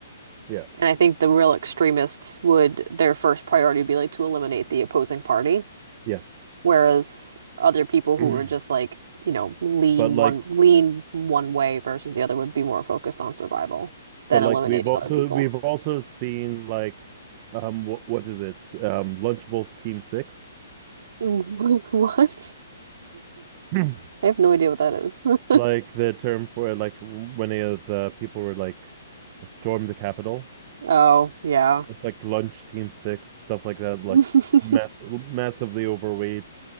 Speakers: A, on the right (about 40°); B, on the right (about 65°).
A: Yeah.
B: And I think the real extremists would, their first priority would be like to eliminate the opposing party,
A: Yes.
B: whereas other people who
A: <clears throat>
B: are just like, you know, lean
A: But like
B: one lean one way versus the other would be more focused on survival than
A: but
B: eliminating
A: like we've also
B: other people.
A: we've
B: <laughs>
A: also seen like um what what is it? Um Lunchables Team Six.
B: What?
A: <clears throat>
B: I have no idea what that is. <laughs>
A: Like the term for like when uh, the people were like storm the Capitol
B: Oh, yeah.
A: It's like lunch team six, stuff like that, like
B: <laughs>
A: ma massively overweight,